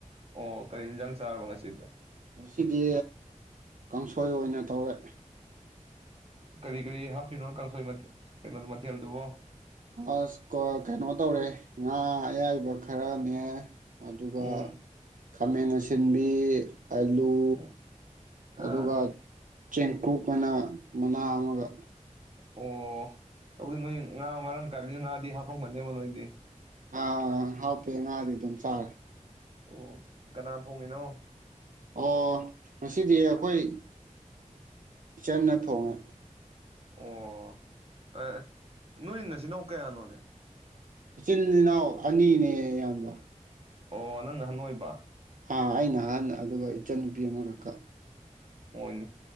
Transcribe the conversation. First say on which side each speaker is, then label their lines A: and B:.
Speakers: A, on the right; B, on the right.
A: ꯑꯣ ꯀꯔꯤ ꯌꯦꯟꯖꯥꯡ ꯆꯥꯔꯕꯣ ꯉꯁꯤꯗꯤ
B: ꯉꯁꯤꯗꯤ ꯀꯥꯡꯁꯣꯏ ꯑꯣꯏꯅ ꯇꯧꯔꯦ
A: ꯀꯔꯤ ꯀꯔꯤ ꯍꯥꯞꯄꯤꯅꯣ ꯀꯥꯡꯁ ꯀꯩꯅꯣ ꯃꯊꯦꯜꯗꯨꯕꯣ
B: ꯑꯁ ꯀ ꯀꯩꯅꯣ ꯇꯧꯔꯦ ꯉꯥ ꯑꯌꯥꯏꯕ ꯈꯔꯅꯦ ꯑꯗꯨꯒ
A: ꯎꯝ
B: ꯈꯥꯃꯦꯟ ꯑꯁꯤꯟꯕꯤ ꯑꯂꯨ
A: ꯎꯝ ꯑꯥ
B: ꯑꯗꯨꯒ ꯆꯦꯡꯀꯨꯞ ꯑꯅ ꯃꯅꯥ ꯑꯃꯒ
A: ꯑꯣ ꯇꯧꯗꯤ ꯅꯣꯏ ꯉꯥ ꯃꯔꯥꯡ ꯀꯥꯏꯕꯤꯁꯨ ꯉꯥꯗꯤ ꯍꯥꯞꯐꯝꯒꯅꯦꯕ ꯅꯣꯏꯗꯤ
B: ꯑ ꯍꯥꯎ ꯄꯤꯅ ꯑꯗꯤ ꯊꯝ ꯆ ꯍꯥꯏꯔ
A: ꯑꯣ ꯀꯅꯥ ꯊꯣꯡꯉꯤꯅꯣ
B: ꯑꯣ ꯉꯁꯤꯗꯤ ꯑꯩꯈꯣꯏ ꯏꯆꯟꯅ ꯊꯣꯡꯉꯦ
A: ꯑꯣ ꯅꯣꯏꯅꯆꯤꯟꯜꯅꯥꯎ ꯀꯌꯥꯅꯣꯅꯦ
B: ꯏꯆꯤꯜ ꯏꯅꯥꯎ ꯑꯅꯤꯅꯦ ꯑꯌꯥꯝꯕ
A: ꯑꯣ ꯅꯪ ꯅꯍꯥꯟ ꯅꯣꯏꯕ
B: ꯑ ꯍꯥꯏꯅ ꯑꯗꯨꯒ ꯏꯆꯟꯅꯨꯄꯤ ꯑꯃꯈꯛꯀ
A: ꯍꯣꯏꯅꯦ